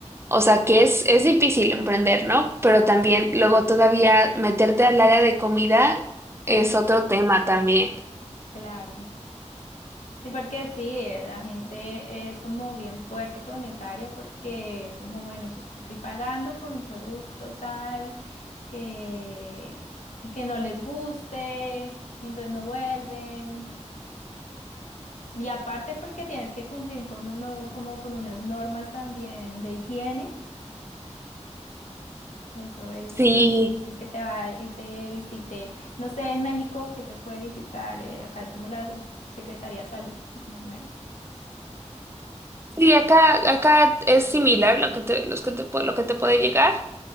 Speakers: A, on the right (about 20°); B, on the left (about 80°).
A: o sea, que es, es difícil emprender, ¿no? Pero también luego todavía meterte al área de comida es
B: Uy,
A: otro tema también.
B: claro. Sí, porque sí, eh, la gente es como bien fuerte con esa área porque es como, bueno, yo te estoy pagando por un producto tal. que, y que no les guste, y entonces no vuelven. Y aparte porque tienes que cumplir con uno- como con unas normas también de higiene, eso es
A: Sí,
B: el que te va y te visite, no sé, en México que te puede visitar, eh, acá es como la Secretaría de Salud, más o menos.
A: sí, acá, acá es similar lo que te, los que te, pu- lo que te puede llegar.